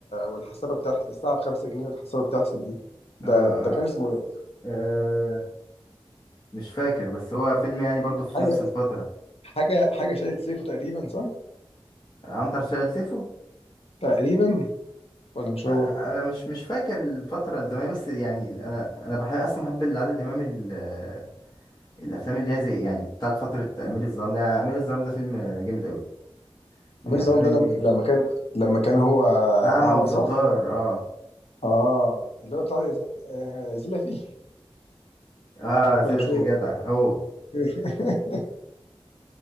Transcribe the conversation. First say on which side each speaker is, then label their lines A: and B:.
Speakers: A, on the left; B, on the left.
A: والحسابه بتاعت الساعه بخمسة جنيه والحسابه بتحسب دي ده
B: آه,
A: ده
B: آه,
A: كان اسمه ايه؟
B: اه مش فاكر بس هو فيلم يعني برضو في
A: حاجه
B: نفس الفترة
A: حاجه حاجه شايل سيفه تقريبا صح؟
B: عنتر شايل سيفو
A: تقريبا ولا مش
B: انا
A: هو؟
B: أنا مش مش فاكر الفترة الزمنية بس يعني انا انا بحب اصلا بحب عادل امام ال- آه، الافلام اللي هي زي يعني بتاعت فترة امير الظلام ده امير الظلام ده فيلم جامد قوي من
A: حميد
B: الافلام
A: الظلام ده لما
B: اللي
A: لما كان لما كان هو
B: أعمى
A: اعمى
B: وفي
A: صح؟
B: الدار اه
A: اه اللي هو بتاع ز- آه، زيلا فيه
B: اه
A: <laughs>
B: سيدة
A: ولا مش
B: في
A: هو؟
B: جدع هو
A: <laughs>